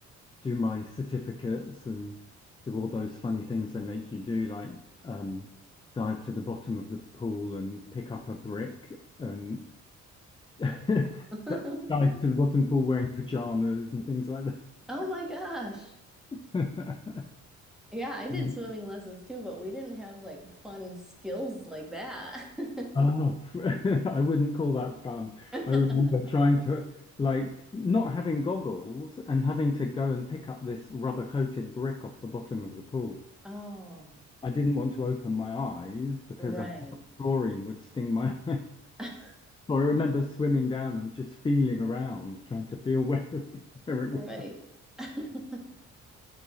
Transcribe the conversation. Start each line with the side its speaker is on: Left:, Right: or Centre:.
Left: do my certificates and do all those funny things they make you do, like um, dive to the bottom of the pool and pick up a brick and <laughs> dive
Centre: <laughs>
Left: to the bottom pool wearing pajamas and things like
Centre: Oh my gosh.
Left: that.
Centre: Yeah, I did
Left: <laughs>
Centre: swimming lessons too, but we didn't have like fun skills like that.
Left: Oh, <laughs> I wouldn't call that fun.
Centre: <laughs>
Left: I remember trying to, like, not having goggles and having to go and pick up this rubber coated brick off the bottom of the pool.
Centre: Oh,
Left: I didn't want to open my eyes because
Centre: right.
Left: I thought chlorine would sting my <laughs> eye.
Centre: <laughs>
Left: So I remember swimming down and just feeling around, trying to feel where <laughs> it, where it was.
Centre: Right. <laughs>